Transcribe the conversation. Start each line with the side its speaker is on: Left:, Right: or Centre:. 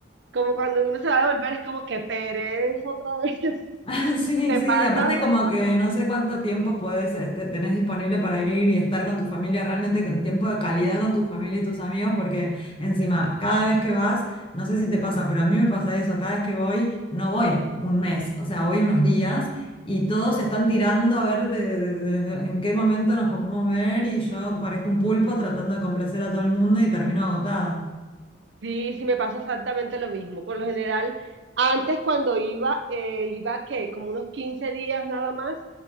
Right: como cuando uno se va a devolver es como que pereza otra vez. <laughs>
Left: <laughs> Sí,
Right: ¿Te
Left: sí,
Right: pasa?
Left: aparte como
Right: ¿Te pasa?
Left: que no sé cuánto tiempo puedes, este, tenés disponible para ir y estar con tu familia, realmente con tiempo de calidad con tu familia y tus amigos, porque encima, cada vez que vas, no sé si te pasa, pero a mí me pasa eso, cada vez que voy, no voy un mes, o sea, voy unos días y todos están tirando a ver de, de- de- en qué momento nos podemos ver y yo parezco un pulpo tratando de complacer a todo el mundo y termino agotada.
Right: Sí, sí, me pasa exactamente lo mismo. Por lo general, antes cuando iba, eh, iba que como unos 15 días nada más